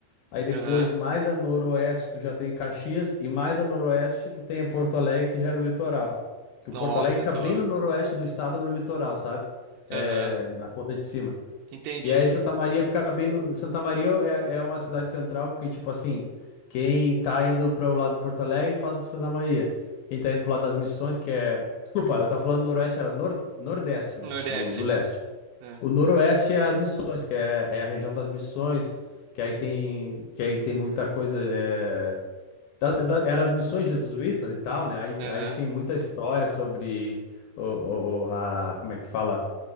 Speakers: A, on the left (about 75°); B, on the right (about 80°).
A: Aí depois,
B: Aham.
A: mais a noroeste, tu já tem Caxias, e mais a noroeste, tu tem Porto Alegre, que já é no litoral. Que o
B: Nossa,
A: Porto Alegre fica
B: top.
A: bem no noroeste do estado, no litoral, sabe? É,
B: Aham.
A: na ponta de cima.
B: Entendi.
A: E aí Santa Maria fica bem no. Santa Maria é, é uma cidade central, porque, tipo assim, quem tá indo para o lado de Porto Alegre passa por Santa Maria. Quem tá indo pro lado das Missões, que é. Desculpa, eu tava falando noroeste, era nor... nordeste, né?
B: Nordeste.
A: Do, do leste.
B: É.
A: O Noroeste é as missões, que é, é a região das missões, que aí tem, que aí tem muita coisa. É, da, é da- era as missões jesuítas e tal, né? Aí,
B: Aham.
A: aí tem muita história sobre o, o- o- a, como é que fala?